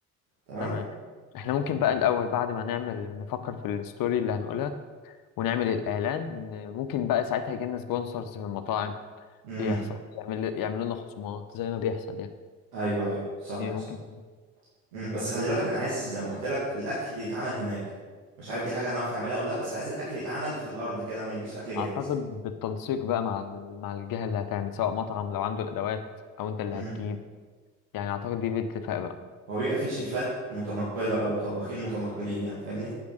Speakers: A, on the right; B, on the left.
A: تمام
B: تمام احنا ممكن بقى الأول بعد ما نعمل نفكر في الستوري اللي هنقولها ونعمل الإعلان آه، ممكن بقى ساعتها يجيلنا سبونسرز من المطاعم
A: امم
B: يحصل يعمل يعملوا لنا خصومات زي ما بيحصل يعني
A: ايوه ايوه صح
B: دي ممكن
A: صح مم. بس خلي بالك انا عايز زي ما قلت لك الاكل يتعمل هناك مش عارف دي حاجه هنعرف نعملها ولا لا بس عايز الاكل يتعمل في الارض كده ما يجيش اكل جاهز
B: اعتقد بالتنسيق بقى مع ال- مع الجهه اللي هتعمل سواء مطعم لو عنده الادوات او انت اللي
A: امم
B: هتجيب يعني اعتقد دي باتفاق بقى
A: هو بيبقى في شيفات متنقله او طباخين متنقلين يعني فاهمني